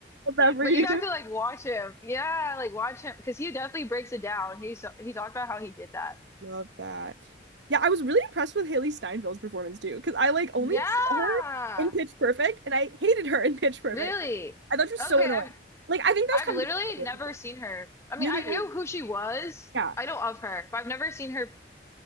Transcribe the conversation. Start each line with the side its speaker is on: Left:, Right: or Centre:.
Right: <laughs> of every
Left: but you have to like watch him. Yeah, like watch him because he definitely breaks it down. He so he talked about how he did that.
Right: Love that. Yeah, I was really impressed with Hailee Steinfeld's performance too, because I like only
Left: Yeah,
Right: saw her in Pitch Perfect, and I hated her in Pitch Perfect.
Left: really.
Right: I thought she was
Left: Okay,
Right: so annoying.
Left: I've
Right: Like, I think that
Left: I've
Right: was kind
Left: literally
Right: of
Left: never seen her. I mean,
Right: really,
Left: I knew who she was.
Right: yeah,
Left: I know of her, but I've never seen her